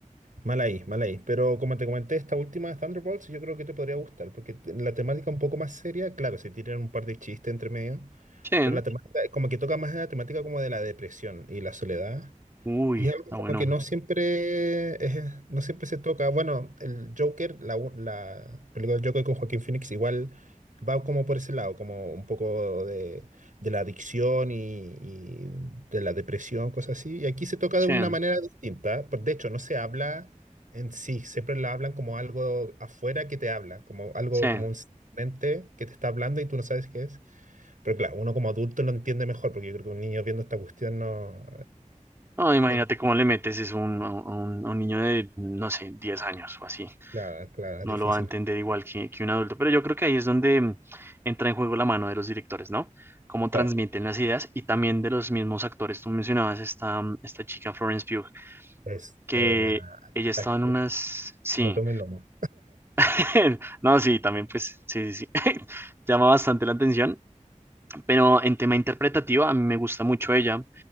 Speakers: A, on the right; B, on the right.
A: Mal ahí, mal ahí. Pero como te comenté, esta última de Thunderbolts yo creo que te podría gustar, porque te- la temática un poco más seria, claro, si tiran un par de chistes entre medio,
B: Chen,
A: pero la temática, como que toca más la temática como de la depresión y la soledad.
B: uy,
A: Y
B: está
A: es algo como
B: bueno,
A: que no siempre, es- no siempre se toca. Bueno, el Joker, la, u- la película del Joker con Joaquín Phoenix igual va como por ese lado, como un poco de, de la adicción y, y de la depresión, cosas así. Y aquí se toca
B: Chen,
A: de una manera distinta. Pues, De hecho, no se habla en sí, siempre la hablan como algo afuera que te habla, como algo
B: Chen.
A: como un ente que te está hablando y tú no sabes qué es. Pero claro, uno como adulto lo entiende mejor, porque yo creo que un niño viendo esta cuestión no...
B: No, imagínate
A: <laughs> no
B: cómo le metes es un, a un, a un niño de, no sé, 10 años o así.
A: Claro, claro, es
B: no
A: difícil.
B: lo va a entender igual que, que un adulto. Pero yo creo que ahí es donde mm, entra en juego la mano de los directores, ¿no? Cómo
A: Claro,
B: transmiten las ideas y también de los mismos actores. Tú mencionabas esta, mm, esta chica Florence Pugh,
A: es
B: que
A: eh, una
B: ella estaba
A: actriz
B: en unas... Sí,
A: de tomo y lomo.
B: <laughs> no, sí, también pues, sí, sí, sí. <laughs> Llama bastante la atención, pero en tema interpretativo a mí me gusta mucho ella.